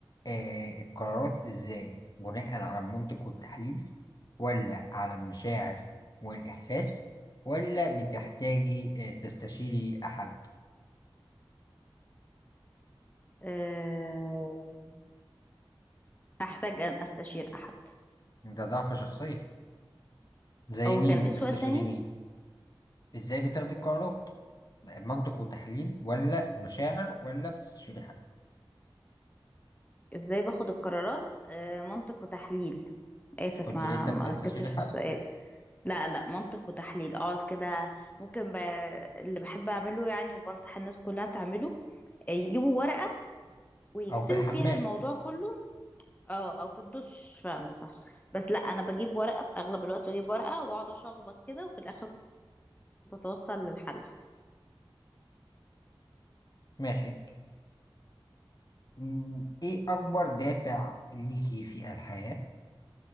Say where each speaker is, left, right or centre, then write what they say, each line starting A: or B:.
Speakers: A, on the left; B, on the left.
A: آه، القرارات ازاي بناء على المنطق والتحليل ولا على المشاعر والإحساس ولا بتحتاجي آه، تستشيري أحد
B: آه، هحتاج أن أستشير أحد
A: ده ضعف شخصية زي
B: أو
A: مين
B: كان إيه
A: بتستشيري
B: السؤال تاني؟
A: مين ازاي بتاخدي القرارات منطق وتحليل ولا مشاعر ولا بتستشيري حد
B: ازاي باخد القرارات آه، منطق وتحليل آسف
A: مش كنت
B: ما
A: لسه
B: ما
A: بتستشيري
B: ركزتش
A: حد
B: في السؤال لا لا منطق وتحليل اه كده ممكن ب... اللي بحب اعمله يعني وبنصح الناس كلها تعمله آه، يجيبوا ورقة ويكتبوا
A: أو في الحمام
B: فيها الموضوع كله اه او في الدش فعلا صح بس لا انا بجيب ورقة في اغلب الوقت بجيب ورقة واقعد اشخبط كده وفي الاخر بتوصل للحل
A: ماشي مم، ايه أكبر دافع ليكي في الحياة